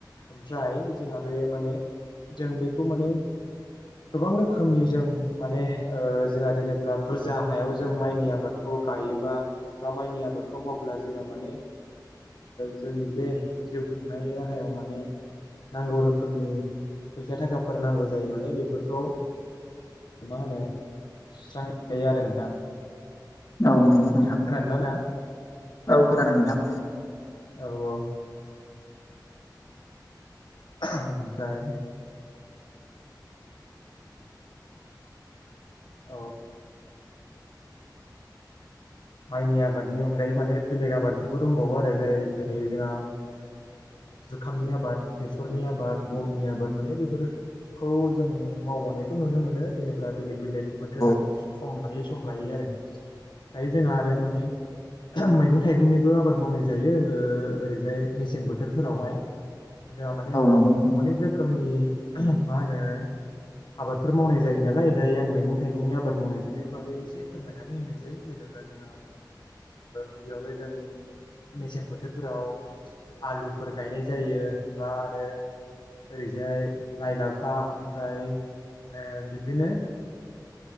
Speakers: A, on the left (about 80°); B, on the left (about 50°).
A: ओमफ्राय जोंहा बे माने जों बेखौ माने गोबां रोखोमनि जों माने जोंहा जेनेब्ला बुरजा हायाव जों माइनि आबाद खौ गायोबा बा माइनि आबादखौ मावब्ला जोङो माने जोंनि जे जिउ खुंनाय राहायाव माने नांगौ रोखोमनि फैसा थाखाफोर नांगौ जायो माने बेफोरखौ मा होनो सुस्रांयो आरो नोंथां
B: औ नंगौ नोंथां
A: खोनादोंना नोंथाङा
B: औ खोनादों नोंथां
A: औ औ ओमफ्राय औ माइनि आबादनि अनगायै माने बेलेग आबादफोरबो दंबावो आरो जाय जेरै जोंहा जुखामनि आबाद बेसरनि आबाद गमनि आबाद माने बेफोर खौ जों मावबोनायखौ नुनो मोनो जेनेब्ला बेलेग बेलेग बोथोर
B: औ
A: सम लायै सम लायै आरो दायो जोंहा आरो माने
B: <inaudible>
A: मैगं थाइगंनिबो आबाद मावनाय जायो ओरैजाय मेसें बोथोरफोरावहाय जोंहा माने
B: औ नंगौ नोंथां
A: अनेक रोखोमनि मा होनो आबादफोर मावनाय जायो नालाय दायो आं मैगं थाइगंनि आबाद मावनायफोरनि बागै एसे फोरमायनानै होनोसै। जेनेबा जोंहा गिबियावनो जों मेसें बोथोरफोराव आलुफोर गायनाय जायो बा आरो ओरैजाय लाइ लाफा ओमफ्राय बिब्दिनो